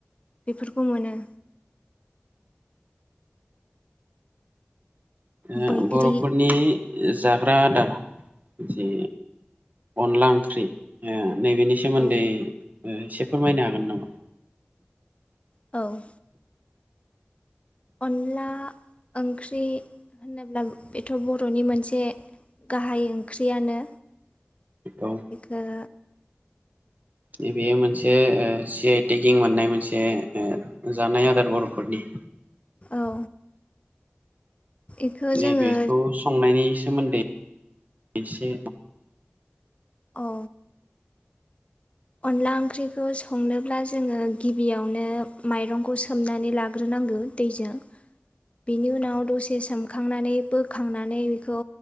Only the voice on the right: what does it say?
ओ
बर'फोरनि जे जाग्रा आदार जे अनला ओंख्रि। ओ नैबेनि सोमोन्दै
एसे फोरमायनो हागोन नामा?
औ
जे बेयो मोनसे ओ सि आइ टेकिं मोननाय मोनसे ओ जानाय आदार बर'फोरनि।
नैबेखौ
संनायनि सोमोन्दै एसे